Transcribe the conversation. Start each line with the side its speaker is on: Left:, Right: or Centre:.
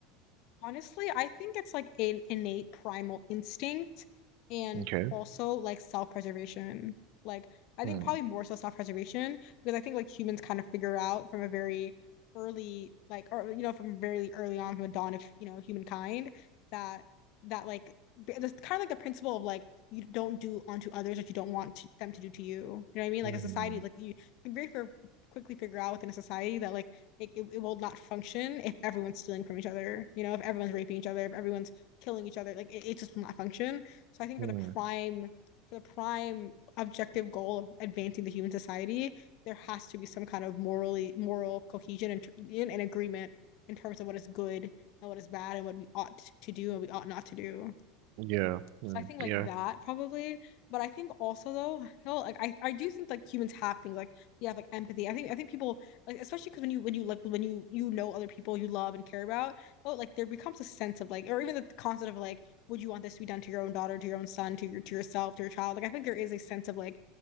Left: Honestly, I think it's like an innate primal instinct and
Right: Okay.
Left: also like self-preservation. Like, I
Right: Hmm.
Left: think probably more so self-preservation because I think like humans kind of figure out from a very early, like, or you know, from very early on, from the dawn of, you know, humankind that, that like, b- that's kind of like the principle of like, you don't do unto others what you don't want to, them to do to you. You know what I mean?
Right: Hmm.
Left: Like, a society, like, you can very fi- quickly figure out within a society that like, like it, it will not function if everyone's stealing from each other you know if everyone's raping each other if everyone's killing each other like it, it just will not function so i think
Right: Hmm.
Left: for the prime for the prime objective goal of advancing the human society there has to be some kind of morally moral cohesion and, and agreement in terms of what is good and what is bad and what we ought to do and we ought not to do
Right: Yeah. Hmm.
Left: so I think like
Right: Yeah.
Left: that probably. But I think also though, hell, like I I do think like humans have things like you have like empathy. I think I think people like especially because when you when you like when you you know other people you love and care about, oh like there becomes a sense of like or even the concept of like would you want this to be done to your own daughter, to your own son, to your to yourself, to your child? Like I think there is a sense of like